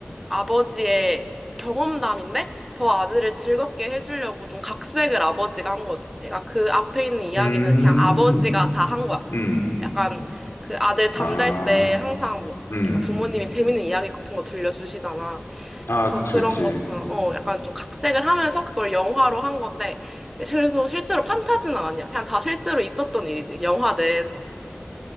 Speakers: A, in the centre; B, on the left (about 75°).
A: 아버지의 경험담인데 더 아들을 즐겁게 해주려고 좀 각색을 아버지가 한 거지. 그러니까 그 앞에 있는 이야기는
B: 음,
A: 그냥 아버지가 다 한 거야.
B: 음.
A: 약간 그 아들 잠잘
B: 아,
A: 때 항상 뭐
B: 음.
A: 애가 부모님이 재밌는 이야기 같은 거 들려주시잖아.
B: 아,
A: 그래서
B: 그치,
A: 그런
B: 그치.
A: 것처럼 어 약간 좀 각색을 하면서 그걸 영화로 한 건데 그래서 실제로 판타지는 아니야. 그냥 다 실제로 있었던 일이지. 영화 내에서.